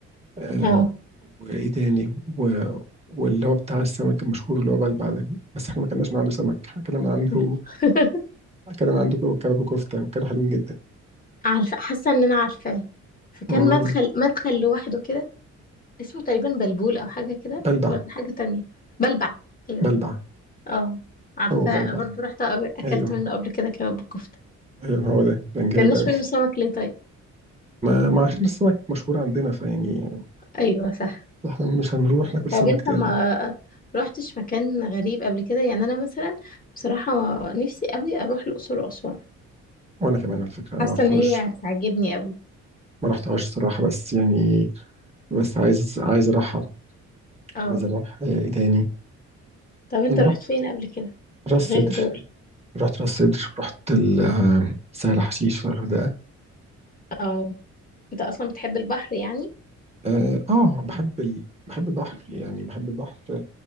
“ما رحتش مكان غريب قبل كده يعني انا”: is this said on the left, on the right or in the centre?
Left